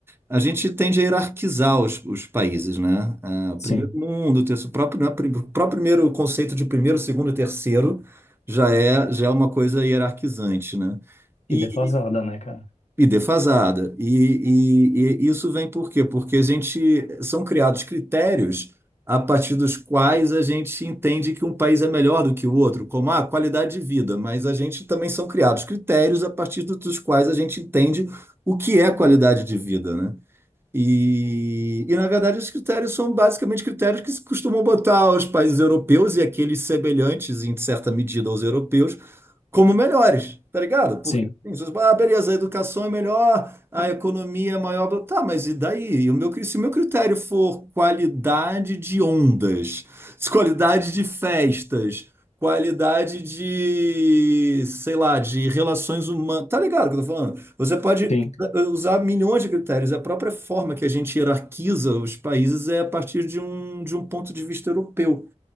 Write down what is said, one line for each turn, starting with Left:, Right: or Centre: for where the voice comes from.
Right: A gente tende a hierarquizar os, os países, né? Ah, o
Left: sim.
Right: primeiro mundo, o terceiro, o próprio, né, prim- o próprio primeiro conceito de primeiro, segundo e terceiro já é, já é uma coisa hierarquizante, né? E,
Left: E defasada, né, cara?
Right: e defasada. E, e- e isso vem por quê? Porque a gente são criados critérios a partir dos quais a gente entende que um país é melhor do que o outro, como a qualidade de vida, mas a gente também são criados critérios a partir do- dos quais a gente entende o que é qualidade de vida, né? E, e, na verdade, os critérios são basicamente critérios que se costumam botar aos países europeus e aqueles semelhantes, em certa medida, aos europeus, como melhores, tá ligado? Porque
Left: Sim,
Right: assim, vocês, falam, ah, beleza, a educação é melhor, a economia é maior, blá- tá, mas e daí? E O meu, cri- se o meu critério for qualidade de ondas, se qualidade de festas, qualidade de, sei lá, de relações humanas, tá ligado o que eu tô falando? Você pode eh,
Left: sim.
Right: usar milhões de critérios, a própria forma que a gente hierarquiza os países é a partir de um, de um ponto de vista europeu,